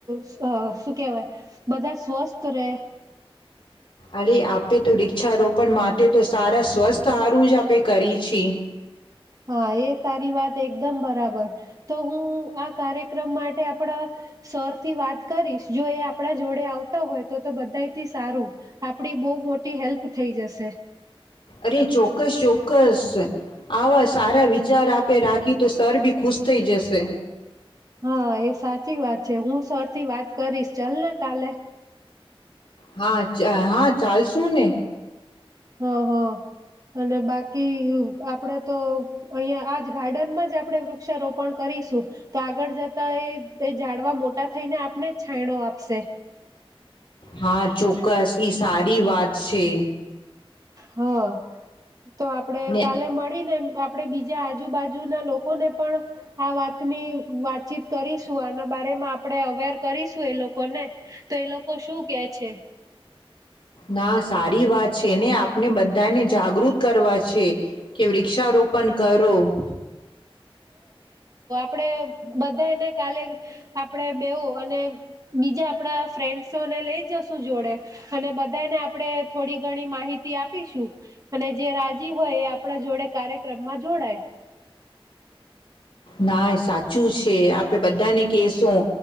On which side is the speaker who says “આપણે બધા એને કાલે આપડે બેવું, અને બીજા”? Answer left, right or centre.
Right